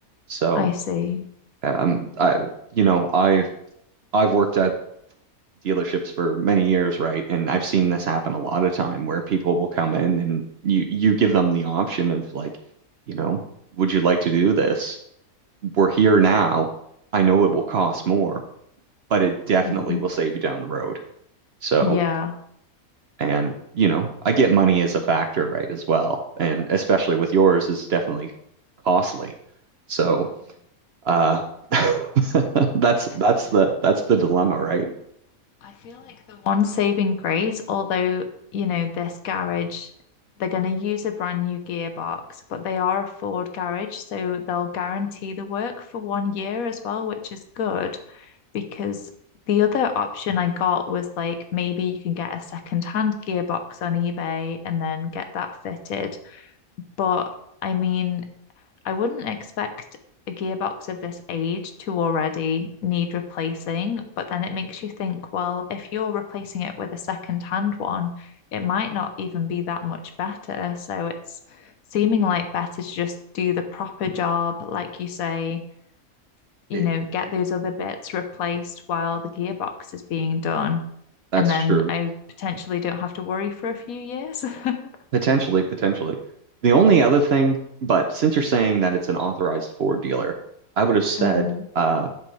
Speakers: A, on the right; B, on the left.
A: So.
B: I see.
A: Um, I, you know, I've I've worked at dealerships for many years, right? And I've seen this happen a lot of time where people will come in and you you give them the option of like, you know, would you like to do this? We're here now. I know it will cost more, but it definitely
B: hmm
A: will save you down the road. So,
B: Yeah.
A: and you know, I get money as a factor, right, as well. And especially with yours, is definitely costly. So,
B: Mhm.
A: uh <laughs> that's
B: I
A: that's
B: mean,
A: the that's the dilemma, right?
B: I feel like the one saving grace, although, you know, this garage, they're going to use a brand new gearbox, but they are a Ford garage, so they'll guarantee the work for one year as well, which is good because the other option I got was like maybe you can get a second-hand gearbox on eBay and then get that fitted. But I mean, I wouldn't expect a gearbox of this age to already need replacing, but then it makes you think, well, if you're replacing it with a second-hand one, it might not even be that much better. So it's seeming like better to just do the proper job, like you say, you
A: it-
B: know, get those other bits replaced while the gearbox is being done.
A: That's
B: And then
A: true.
B: I potentially don't have to worry for a few years. <laughs>
A: Potentially, potentially. The only other thing, but since you're saying that it's an authorized Ford dealer, I would have said
B: Mm,
A: uh,